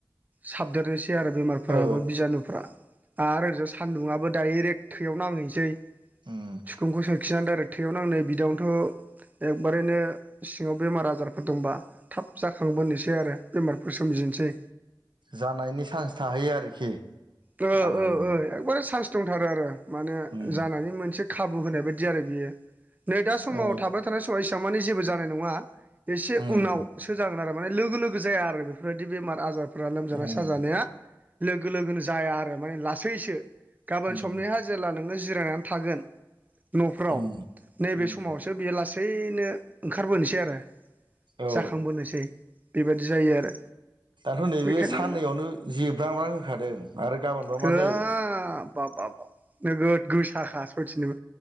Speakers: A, on the right (about 20°); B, on the right (about 80°).
A: साबदेरनोसै सै आरो बेमारफोराबो
B: औ
A: बिजानुफ्रा आरो ओरैजा सानदुंआबो डाइरेक्ट थैयाव नांहैसै
B: उम
A: सिखुंखौ सोरखिनानै डाइरेक्ट थैयाव नांनो बिदियावनोथ' एखबारैनो सिङाव बेमार आजारफोर दंबा थाब जाखांबोनोसै आरो बेमारफोर सोमजिनोसै
B: जानायनि चान्स थाहैयो आरोखि
A: ओ ओ
B: आरामनो
A: ओ एकबारे चान्स दंथारो आरो माने
B: उम
A: जानानै मोनसे खाबु होनाय बायदि आरो बियो नै दा समाव
B: औ
A: थाबाय थानाय समाव माने जेबो जानाय नङा एसे
B: उम
A: उनावसो जागोन आरो लोगो लोगो जाया आरो बेफोरबायदि बेमार आजारफोरा लोमजानाय
B: उम
A: साजानाया लोगो लोगोनो जाया आरो माने लासैसो गाबोन
B: उम
A: समनिहा जेब्ला नोङो जिरायनानै थागोन। न'फोराव
B: उम
A: नैबे
B: उम
A: समावसो बियो लासैनो ओंखारबोनोसै आरो
B: औ
A: जाखांबोनोसै बेबायदि जायो आरो
B: दाथ' नैबे
A: बेखायनो
B: साननैयावनो जेब्रांब्रां होखादों आरो गाबोनबा
A: होब
B: मा जायो
A: बाब बाब नोगोद गोसाखा सयथिनिबो